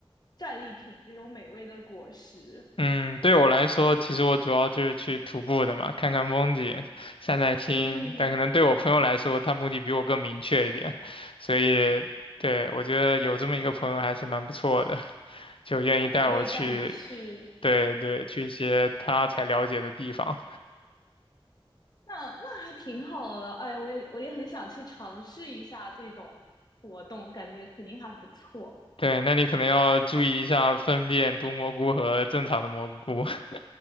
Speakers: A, on the left; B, on the left.
A: 战利品这种美味的果实，
B: 嗯，对我来说，其实我主要就是去徒步的嘛，看看风景，散散心。
A: 嗯，
B: 但可能对我朋友来说，他目的比我更明确一点，所以对我觉得有这么一个朋友还是蛮不错的，就愿意带我去，
A: 他可以带你去，
B: 对对，去一些他才了解的地方。
A: 那那还挺好的，哎，我也我也很想去尝试一下这种活动，感觉肯定还不错。
B: 对，那你可能要注意一下分辨毒蘑菇和正常的蘑菇。<laughs>